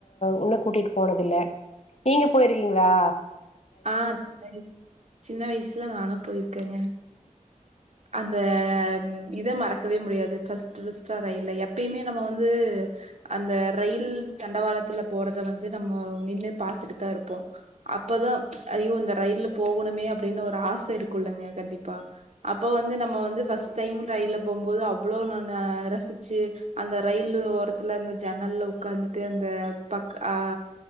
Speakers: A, on the left (about 55°); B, on the right (about 55°).
A: உன்ன கூட்டிட்டு போனதில்ல நீங்க போயிருக்கீங்ளா
B: ஆ சின்ன வைஸ் சின்ன வயசுல நான போயிருக்கேங்க அந்த இத மறக்கவே முடியாது ஃபஸ்ட்டு ஃபஸ்ட்டா ரயில்ல எப்பய்மே நம்ம வந்து உ அந்த ரயில் தண்டவாளத்துல போறத வந்து நம்மோ நின்னு பாத்துட்டு தா இருப்போ அப்பதா ஐயோ இந்த ரயில்ல போகணுமே அப்டின்னு ஒரு ஆச இருக்கூல்லங்க கண்டிப்பா அப்போ வந்து நம்ம வந்து ஃபஸ்ட் டைம் ரயில்ல போம்போது அவ்ளோ ந நா ரசிச்சு அந்த ரயிலு ஓரத்துல இந்த ஜன்னல்ல ஒக்காந்துட்டு அந்த பக் ஆ